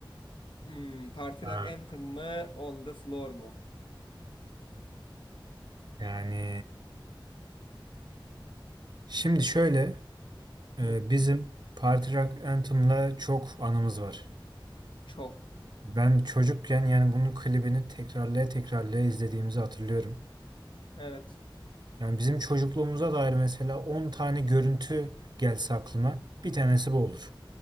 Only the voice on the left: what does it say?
Hmm, Party
Rock Anthem mı, On the Floor mu?
Hı,
çok.
Evet.